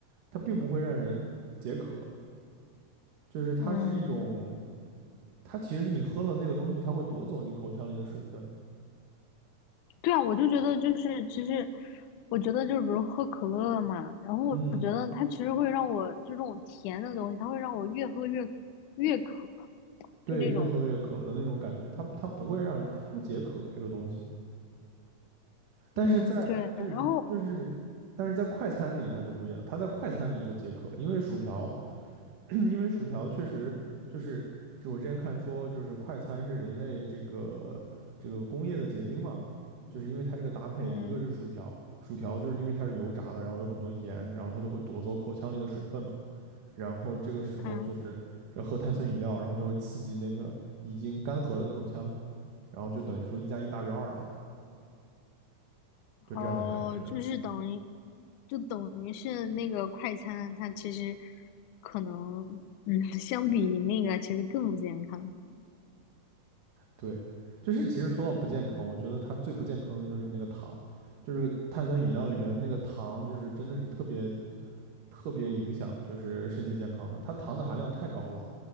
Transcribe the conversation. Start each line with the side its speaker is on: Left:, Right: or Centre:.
Right: 它并不会让人解渴，就是它是一种，
Left: 嗯，
Right: 它其实是你喝了那个东西，它会夺走你口腔里的水分。
Left: 对啊，我就觉得就是其实。我觉得就是比如喝可乐嘛，然后我觉得它其实会让我就这种甜的东西，
Right: 嗯，
Left: 它会让我越喝越越渴，
Right: 对，
Left: 就那种
Right: 越喝越渴的那种感觉，它它不会让人，它不解渴这个东西，但是在就是就是，
Left: 嗯，对，然后
Right: 但是在快餐里它就不一样，它在快餐里就解渴，因为薯条。<clears throat> 因为薯条确实就是我之前看说，就是快餐是人类这个这个工业的结晶嘛，就是因为它这个搭配，
Left: 嗯，
Right: 一个是薯条，薯条就是因为它是油炸的，然后有很多盐，然后它就会夺走口腔里的水分嘛，然后这个时候就是这喝碳酸饮料，
Left: 看，
Right: 然后就会刺激那个已经干涸的口腔，然后就等于说一加一大于二了，就这样的感觉。
Left: 哦，就是等于，就等于是那个快餐，它其实可能，嗯，<laughs> 相比那个其实更不健康，
Right: 对，就是其实说到不健康，我觉得它最不健康的就是那个糖，就是个碳酸饮料里面的那个糖，就是真的是特别特别影响就是身体健康的，它糖的含量太高了。